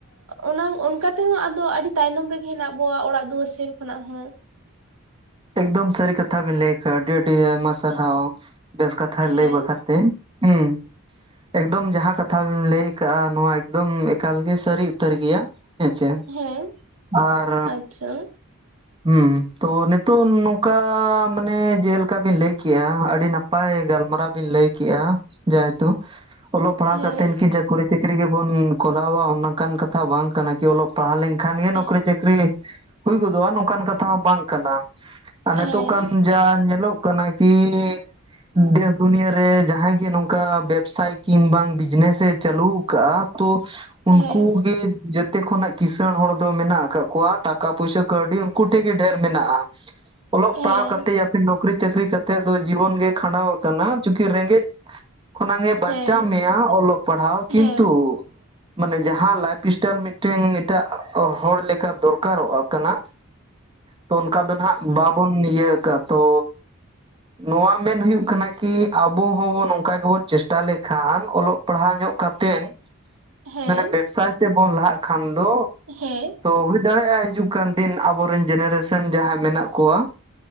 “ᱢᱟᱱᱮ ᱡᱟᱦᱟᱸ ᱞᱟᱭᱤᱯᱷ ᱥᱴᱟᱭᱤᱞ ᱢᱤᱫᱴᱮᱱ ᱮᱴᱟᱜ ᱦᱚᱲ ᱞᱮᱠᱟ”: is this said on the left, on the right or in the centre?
Right